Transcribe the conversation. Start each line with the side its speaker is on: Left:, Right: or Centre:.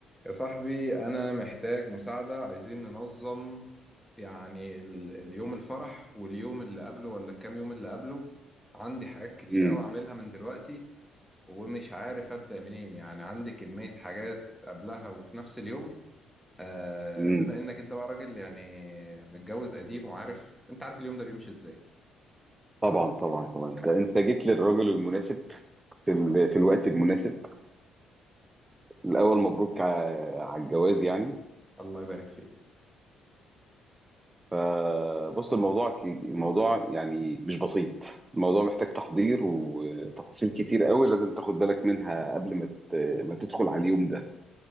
Centre: يا صاحبي أنا محتاج مساعدة عايزين ننظم يعني ال- اليوم الفرح واليوم اللي قبله ولا كام يوم اللي قبله عندي حاجات كتير
Right: امم
Centre: أوي أعملها من دلوقتي ومش عارف أبدأ منين يعني عندي كمية حاجات قبلها وفي نفس اليوم آه
Right: امم
Centre: بما إنك أنت بقى راجل يعني متجوز قديم وعارف أنت عارف اليوم ده بيمشي إزاي
Right: طبعا طبعا طبعا انت انت جيت للراجل المناسب في ال... في الوقت المناسب الاول مبروك ع- على الجواز يعني
Centre: الله يبارك فيك
Right: فبص الموضوع ك... الموضوع يعني مش بسيط الموضوع محتاج تحضير وتفاصيل كتير قوي لازم تاخد بالك منها قبل ما ت... ما تدخل على اليوم ده